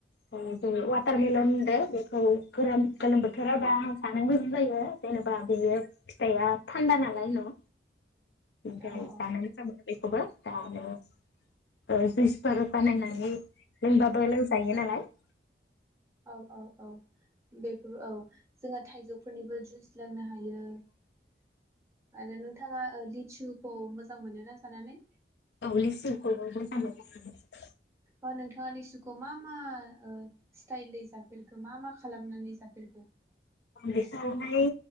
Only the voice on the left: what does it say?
ओ जेरै वाटारमेलन होनदों बेखौ गोरान गोलोम बोथोराव दा जानो मोजां जायो जेनोबा बेयो फिथाइया थान्दा नालाय न' जाय
जानो
मोजां मोनो बेखौबो जानो ओ जुच फोर बानायनानै लोंबाबो लोंजायो नालाय।
औ लेसुखौबो जानो मोजां मोनो।
बेखौवहाय